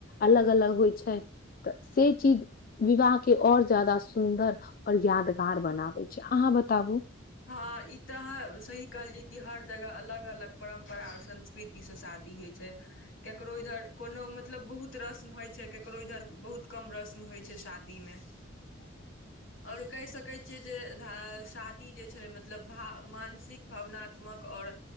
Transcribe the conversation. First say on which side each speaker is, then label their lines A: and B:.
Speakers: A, on the left (about 45°); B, on the left (about 75°).
A: अलग अलग होइ छै। तऽ से चीज विवाह के और जादा सुन्दर और यादगार। बनाबै छै अहाँ बताबु।
B: हँ ई तऽ अहाँ सही कहलियै कि हर जगह अलग अलग। परम्परा आओर संस्कृतिसँ शादी होइ छै। ककरो इधर कोनो मतलब बहुत रस्म होइ छै ककरो इधर बहुत कम रस्म होइ छै शादी। दीमे।
A: <unintelligible>
B: और कैह सकै छियै जे धा श्राद् छै मतलब भा-मानसिक भावनात्मक और